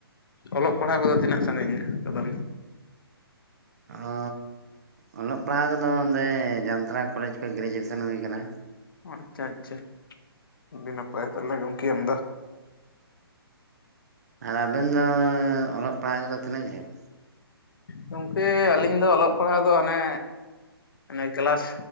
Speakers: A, on the left; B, on the right.
A: ᱚᱞᱚᱜ ᱯᱟᱲᱦᱟᱜ ᱠᱚᱫᱚ ᱛᱤᱱᱟᱹᱜ ᱥᱟᱺᱜᱤᱧ ᱠᱟᱫᱟᱢ
B: ᱚ ᱚᱞᱚᱜ ᱯᱟᱲᱦᱟᱜ ᱠᱚᱫᱚ ᱱᱚᱸᱰᱮ ᱡᱟᱱᱛᱲᱟ ᱠᱚᱞᱮᱡᱽ ᱠᱷᱚᱱ ᱜᱨᱮᱡᱩᱭᱮᱥᱚᱱ ᱦᱩᱭ ᱠᱟᱱᱟ
A: ᱟᱪᱪᱷᱟ ᱟᱪᱪᱷᱟ ᱟᱹᱰᱤ ᱱᱟᱯᱟᱭ ᱛᱚᱞᱮ ᱜᱚᱢᱠᱮ ᱟᱢ ᱫᱚ
B: ᱟᱨ ᱟᱵᱤᱱ ᱫᱚ ᱚᱞᱚᱜ ᱯᱟᱲᱦᱟᱜ ᱠᱚᱫᱚ ᱛᱤᱱᱟᱹᱜ ᱡᱷᱟᱹᱞ
A: ᱜᱚᱢᱠᱮ ᱟᱹᱞᱤᱧ ᱫᱚ ᱚᱞᱚᱜ ᱯᱟᱲᱦᱟᱣ ᱫᱚ ᱚᱱᱮ ᱚᱱᱮ ᱠᱮᱞᱟᱥ